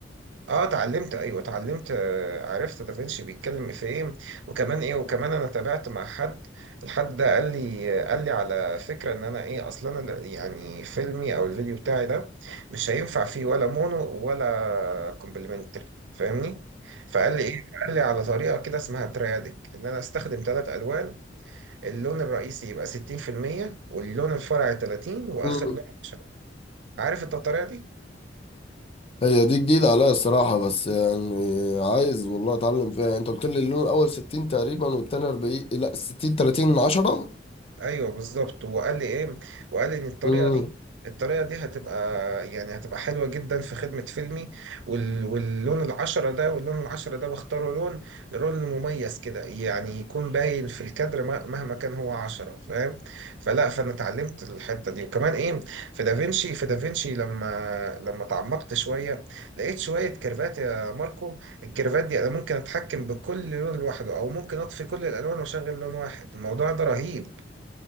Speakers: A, on the right (about 85°); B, on the left (about 30°).
A: اه اتعلمت ايوه اتعلمت آه، عرفت دافنشي بيتكلم في ايه وكمان ايه وكمان انا تابعت مع حد الحد ده قال لي قال لي على فكره ان انا ايه اصلا انا لا- يعني فيلمي او الفيديو بتاعي ده مش هينفع فيه ولا مونو ولا كومبلمنتري فاهمني فقال لي ايه قال لي على طريقه كده اسمها تريادك ان انا استخدم ثلاث الوان اللون الرئيسي يبقى 60% واللون الفرعي 30 واخر
B: امم
A: لون 10 عارف انت الطريقه دي
B: هي دي جديدة عليا الصراحة بس يعني عايز والله اتعلم فيها يعني انت قلت لي اللون الاول 60 تقريبا والتاني 40 لا 60 30 من 10
A: ايوه بالظبط وقال لي ايه وقال لي ان الطريقه
B: امم
A: دي الطريقه دي هتبقى يعني هتبقى حلوه جدا في خدمه فيلمي وال... واللون العشرة ده واللون العشرة ده بختاره لون لون مميز كده يعني يكون باين في الكادر مه- مهما كان هو عشرة فاهم فلا فانا اتعلمت الحته دي وكمان ايه في دافنشي في دافنشي لما لما تعمقت شويه لقيت شويه كيرفات يا ماركو الكيرفات دي انا ممكن اتحكم بكل لون لوحده او ممكن اطفي كل الالوان واشغل لون واحد الموضوع ده رهيب